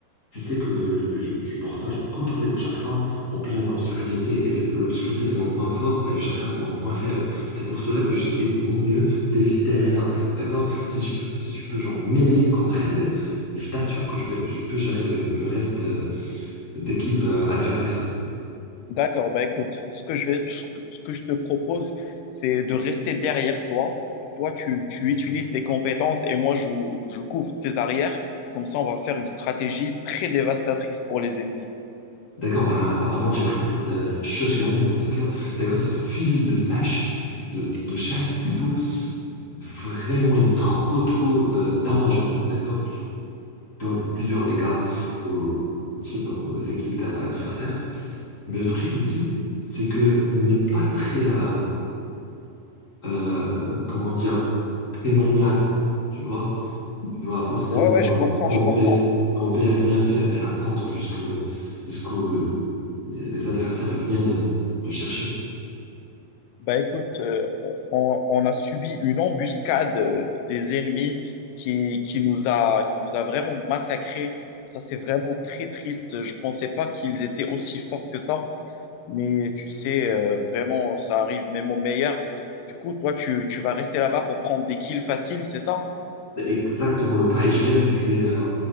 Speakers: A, on the left; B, on the left.
A: je sais que je ne pourrai pas genre, contrôler mon chakra en pleine obscurité. Et c'est- l'obscurité, c'est mon point fort, mais le chakra, c'est mon point faible. C'est pour cela que j'essaie de mon mieux d'éviter Rena, d'accord? Si tu, peux- si tu peux genre m'aider contre elle, je t'assure que je vais, je peux gérer le, le reste euh, d'équipe euh, adversaire.
B: D'accord, bah écoute, ce que je vais, ce que je te propose, c'est de rester derrière toi. Toi, tu, tu utilises tes compétences et moi, je, je couvre tes arrières. Comme ça, on va faire une stratégie très dévastatrice pour les ennemis.
A: D'accord, ben, apparemment j'ai pris cette euh, shotgun, d'accord, d'accord, ce fusil de sache, de, de chasse plutôt, vraiment il est trop trop euh, dommageant, d'accord, il donne plusieurs dégâts aux, aux ti- aux équipes d'a- adversaires. Mais le truc ici, c'est que il n'est pas très, euh, euh, comment dire, très maniable, tu vois. Tu dois forcément
B: Ouais, ouais, je comprends,
A: euh, camper,
B: je comprends.
A: camper, rien faire et attendre jusque, jusqu'au, les adversaires viennent te chercher.
B: Bah écoute, euh, on, on a subi une embuscade euh, des ennemis qui, qui nous a, qui nous a vraiment massacrés. Ça, c'est vraiment très triste. Je pensais pas qu'ils étaient aussi forts que ça. Mais tu sais, euh, vraiment, ça arrive même aux meilleurs. Du coup, toi, tu, tu vas rester là-bas pour prendre des kills faciles, c'est ça?
A: C'est exactement le cas. Et je viens de tuer euh,